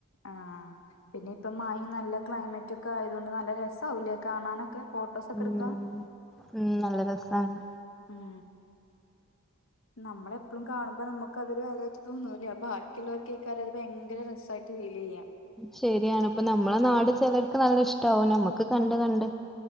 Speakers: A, on the left (about 60°); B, in the centre.
A: ആഹ് പിന്നെ ഇപ്പം മായും നല്ല ക്ലൈമറ്റ് ഒക്കെ ആയതൊണ്ട് നല്ല രസാവുല്ലേ കാണാനൊക്കെ ഫോട്ടോസൊക്കെ
B: ഉം
A: എടുക്കാം
B: ഉം നല്ല രസാണ്
A: ഉം നമ്മളെപ്പോഴും കാണുമ്പോ നമുക്കതൊരു വെലായിട്ട് തോന്നൂല്ല ബാക്കിയുള്ളവർക്ക് കേക്കാര അത് ഭയങ്കര രസമായിട്ട് ഫീല് യ്യ <unintelligible>
B: ശരിയാണ് ഇപ്പ നമ്മളെ നാട് ചിലർക്ക് നല്ല ഇഷ്ടാവും നമ്മുക്ക് കണ്ട് കണ്ട്